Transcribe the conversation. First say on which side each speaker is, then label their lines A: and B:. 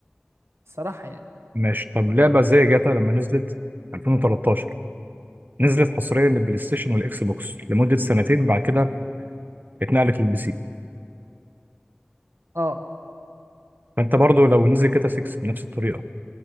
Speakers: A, on the right; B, on the right.
A: الصراحه يعني
B: ماشي طب لعبة زي جاتا لما نزلت 2013 نزلت حصريا للبلاي ستيشن والاكس بوكس لمدة سنتين بعد كده اتنقلت للبي سي
A: اه
B: فانت برضو لو نزل جاتا 6 بنفس الطريقة